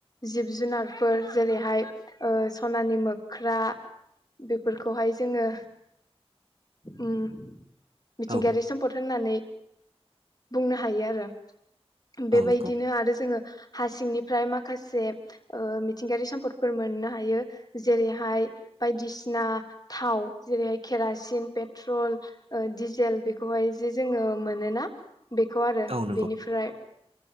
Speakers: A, on the left (about 40°); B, on the right (about 65°).
A: जिब जुनारफोर जेरैहाय ओ सनानि मोख्रा बेफोरखौहाय जोङो उम मिथिंगायारि
B: औ
A: सम्पद होननानै बुंनो हायो आरो। बेबायदिनो
B: औ नंगौ
A: आरो जोङो हा सिंनिफ्राय माखासे ओ मिथिंगायारि सम्पदफोर मोननो हायो। जेरैहाय बायदिसिना थाव जेरैहाय केरासिन, पेट्रल ओ डिजेल बेखौहाय जे जोङो मोनोना बेखौ आरो
B: औ नंगौ
A: बेनिफ्राय